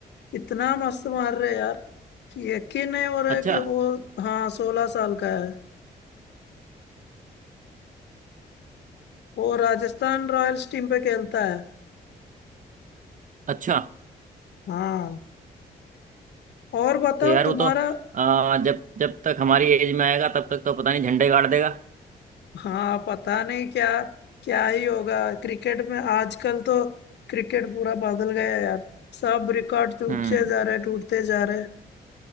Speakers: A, on the left; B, on the right.
A: इतना मस्त मार रहे यार कि यकीन नहीं हो रहा
B: अच्छा
A: है कि वो हाँ सोलह साल का है वो राजस्थान रॉयल्स टीम पे खेलता है
B: अच्छा
A: हाँ और बताओ
B: तो यार
A: तुम्हारा
B: वो तो आ, जब जब तक हमारी एज में आएगा तब तक तो पता नहीं झंडे गाड़ देगा
A: हाँ पता नहीं क्या क्या ही होगा क्रिकेट में आजकल तो क्रिकेट पूरा बदल गया है यार सब रिकॉर्ड टूटते
B: हम्म
A: जा रहे टूटते जा रहे